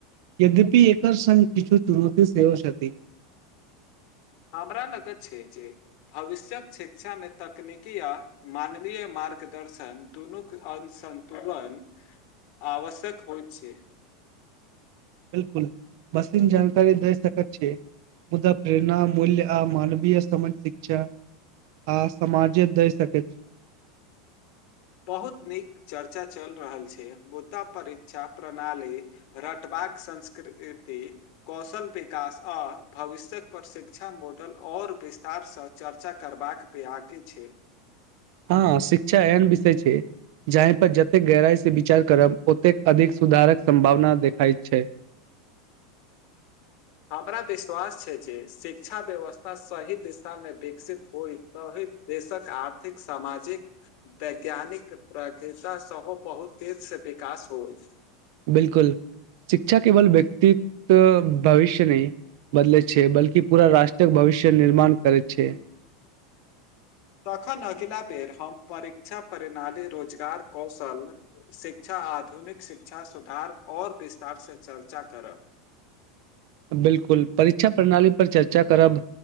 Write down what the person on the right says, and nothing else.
यद्यपि एकर संग किछु चुनौती सेहो छथि
बिलकुल वास्तविक जानकारी दै सकैत छै। मुदा प्रेरणा मूल्य आ मानबीय समझ शिक्षा आ समाजे दय सकैत छै।
हां, शिक्षा एहन विषय छैय। जाहि पर जतेक गहराई से विचार करब ओतेक अधिक सुधारक सम्भावना देखाय छै।
बिलकुल शिक्षा केवल व्यक्तित के भविष्य नै बदलै छै, बल्कि पूरा राष्ट्रक भविष्य निर्माण करै छै।
बिलकुल परीक्षा प्रणाली पर चर्चा करब